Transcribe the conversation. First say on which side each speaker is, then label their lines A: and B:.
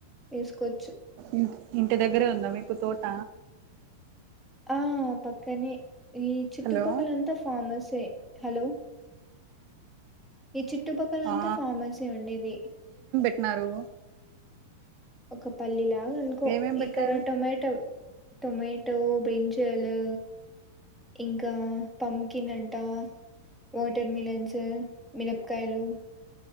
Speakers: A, in the centre; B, on the right (about 50°).
A: ఏసుకోచ్చు.
B: ఇ ఇంటి దగ్గరే ఉందా మీకు తోట
A: ఆ పక్కనే ఈ చూట్టుపక్కల
B: హలో
A: అంతా ఫార్మస్. సే హలో ఈ చుట్టుపక్కలంతా
B: ఆ
A: ఫార్మసే ఉండేది.
B: ట్న్నారు
A: ఒక పల్లీలాగ్ గానుకో
B: ఏమేం పెట్టారు
A: ఇక్కడ టొమాటో టొమట్ టో, బ్రింజలు ఇంకా పంకిన్ అంట వాటర్ మిలన్స్ ఉహ్ మీనపకాయలు